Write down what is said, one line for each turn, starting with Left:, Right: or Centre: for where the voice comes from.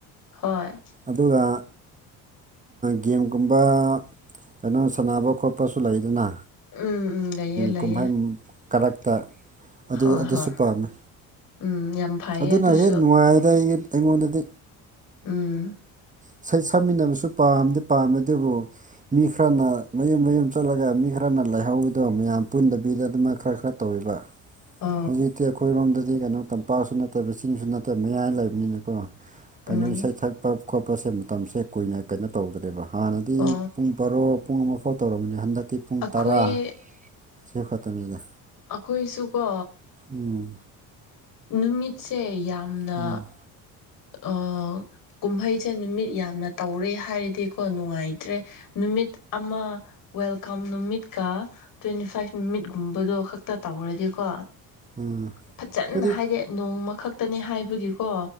Left: ꯍꯣꯏ
Right: ꯑꯗꯨꯒ ꯒꯦꯝꯒꯨꯝꯕ ꯀꯩꯅꯣ ꯁꯥꯟꯅꯕ ꯈꯣꯠꯄꯁꯨ ꯂꯩꯗꯅ
Left: ꯎꯝ ꯎꯝ ꯂꯩꯌꯦ ꯂꯩꯌꯦ
Right: ꯀꯨꯝꯍꯩ ꯀꯔꯛꯇ ꯑꯗꯨ
Left: ꯍꯣꯏ
Right: ꯑꯗꯨꯁꯨ
Left: ꯍꯣꯏ
Right: ꯄꯥꯝꯃꯦ
Left: ꯎꯝ ꯌꯥꯝ ꯐꯩꯌꯦ
Right: ꯑꯗꯨꯅ
Left: ꯑꯗꯨꯁꯨ
Right: ꯍꯦꯛ ꯅꯨꯡꯉꯥꯏꯗ ꯑꯩꯒꯤ ꯑꯩꯉꯣꯟꯗꯗꯤ
Left: ꯎꯝ
Right: ꯏꯁꯩ ꯁꯛꯃꯤꯟꯅꯕꯁꯨ ꯄꯥꯝꯗꯤ ꯄꯥꯝꯃꯦ ꯑꯗꯨꯕꯨ ꯃꯤ ꯈꯔꯅ ꯃꯌꯨꯝ ꯃꯌꯨꯝ ꯆꯠꯂꯒ ꯃꯤ ꯈꯔꯅ ꯂꯩꯥꯏꯍꯧꯕꯗꯣ ꯃꯌꯥꯝ ꯄꯨꯟꯗꯕꯤꯗ ꯑꯗꯨꯃꯥꯏꯅ ꯈꯔ ꯈꯔ ꯇꯧꯑꯕ
Left: ꯑ
Right: ꯍꯧꯖꯤꯛꯇꯤ ꯑꯩꯈꯣꯏꯔꯣꯝꯗꯗꯤ ꯀꯩꯅꯣ ꯇꯝꯄꯥꯛꯁꯨ ꯅꯠꯇꯕ ꯆꯤꯡꯁꯨ ꯅꯠꯇꯕ ꯃꯌꯥꯏ ꯂꯩꯕꯅꯤꯅꯀꯣ
Left: ꯎꯝ
Right: ꯀꯩꯅꯣ ꯏꯁꯩ ꯊꯛꯄ ꯈꯣꯠꯄꯁꯦ ꯃꯇꯝꯁꯦ ꯀꯨꯏꯅ ꯀꯩꯅꯣ ꯇꯧꯗ꯭ꯔꯦꯕ ꯍꯥꯟꯅꯗꯤ
Left: ꯑꯣ
Right: ꯄꯨꯡ ꯕꯥꯔꯣ ꯄꯨꯡ ꯑꯃꯐꯥꯎ ꯇꯧꯃꯤꯅꯦ ꯍꯟꯗꯛꯇꯤ ꯄꯨꯡ
Left: ꯑꯩꯈꯣꯏ
Right: ꯇꯔꯥ ꯁꯤ ꯈꯛꯇꯅꯤꯗ
Left: ꯑꯩꯈꯣꯏꯁꯨꯀꯣ
Right: ꯎꯝ
Left: ꯅꯨꯃꯤꯠꯁꯦ ꯌꯥꯝꯅ
Right: ꯎꯝ
Left: ꯑ ꯀꯨꯝꯍꯩꯁꯦ ꯅꯨꯃꯤꯠ ꯌꯥꯝꯅ ꯇꯧꯔꯦ ꯍꯥꯏꯔꯗꯤꯀꯣ ꯅꯨꯡꯉꯥꯏꯇ꯭ꯔꯦ ꯅꯨꯃꯤꯠ ꯑꯃ ꯋꯦꯜꯀꯝ ꯅꯨꯃꯤꯠꯀ ꯇ꯭ꯋꯦꯟꯇꯤ ꯐꯥꯏꯚ ꯅꯨꯃꯤꯠꯀꯨꯝꯕꯗꯣ ꯈꯛꯇ ꯇꯧꯔꯗꯤꯀꯣ
Right: ꯎꯝ
Left: ꯐꯖꯅ
Right: ꯑꯩꯈꯣꯏꯗꯤ
Left: ꯍꯥꯏꯗꯤ ꯅꯣꯡꯃ ꯈꯛꯇꯅꯤ ꯍꯥꯏꯕꯒꯤꯀꯣ